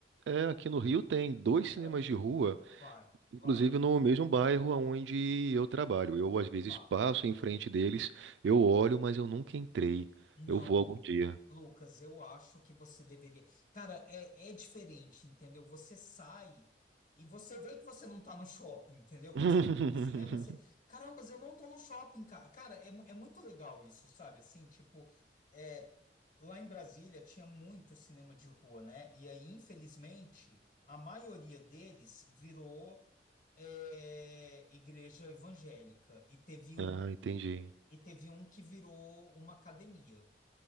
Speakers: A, on the right; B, on the left.
A: É, aqui no Rio tem dois cinemas
B: Cara,
A: de rua,
B: vai,
A: inclusive
B: vá,
A: no mesmo bairro onde eu trabalho. Eu às vezes
B: vá.
A: passo em frente deles, eu olho, mas eu nunca entrei.
B: Não,
A: Eu vou algum dia.
B: Lucas, eu acho que você deveria. Cara, é, é diferente, entendeu? Você sai e você vê que você não tá no shopping, entendeu?
A: <laughs>
B: Quando você tá no cinema, você. Caramba, eu não tô no shopping, cara. Cara, é, mu- é muito legal isso, sabe? Assim, tipo, é, lá em Brasília tinha muito cinema de rua, né? E aí, infelizmente, a maioria deles virou é, igreja evangélica. E teve
A: Ah,
B: um,
A: entendi.
B: e teve um que virou uma academia.